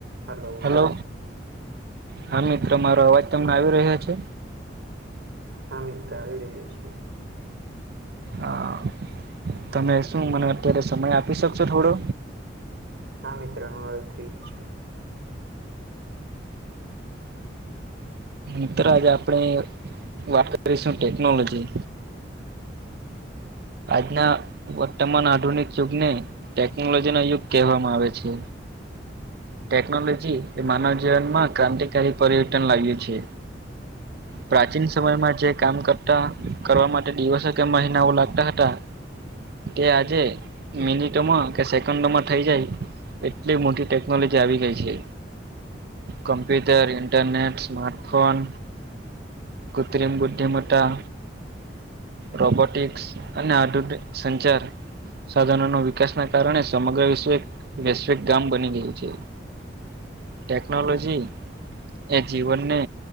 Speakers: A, on the right; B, on the right.
A: Hello.
B: Hello હા મિત્ર મારો અવાજ તમને આવી રહ્યો છે.
A: હા મિત્ર આવી રહ્યો છે.
B: હા તમે શું મને અત્યારે સમય આપી શકશો થોડો.
A: હા મિત્ર હું ફ્રી જ છું.
B: મિત્ર આજે આપણેે વાત કરીશું ટેકનોલોજી. આજના વર્તમાન આધુનિક યુગને, ટેકનોલોજી નો યુગ કહેવામાં આવે છે. ટેકનોલોજી એ માનવ જીવન માં ક્રાંતિકારી પરિવર્તન લાયું છે. પ્રાચીન સમયમાં જે કામ કરતા કરવા માટે દિવસો કે મહિનાઓ લાગતા લાગતા હતા તે આજે મિનિટમાં કે સેકન્ડમાં થઇ જાય એટલી મોટી ટેકનોલોજી આવી ગઈ છે. કમ્પ્યુટર ઇન્ટરનેટ સ્માર્ટફોન કૃત્રિમ બુદ્ધિમતા રોબોટિક્સ અને આધુનિક સંચાર સાધનો ના વિકાસના કારણે સમગ્ર વિશ્વ એક વૈશ્વિક ગામ બની ગયું છે. ટેકનોલોજી એ જીવનને